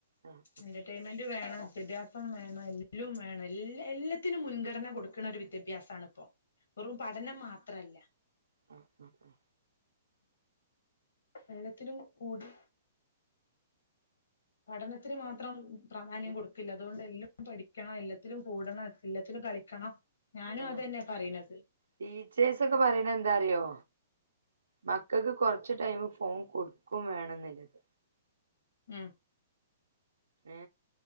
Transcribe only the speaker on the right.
ആഹ്
ആഹ ഹാ ഹ്.
ഉം
ആ
ടീച്ചേഴ്സ് ഒക്കെ പറയണത് എന്താ അറിയോ. മക്കക്ക് കൊർ ടൈമ് ഫോൺ കൊടാക്കും വേണംന്ന്ള്ളത്
ഏ